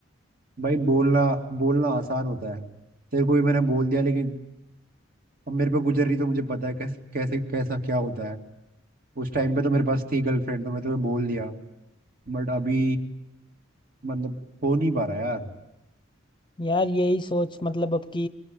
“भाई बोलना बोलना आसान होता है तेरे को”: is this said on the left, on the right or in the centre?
Right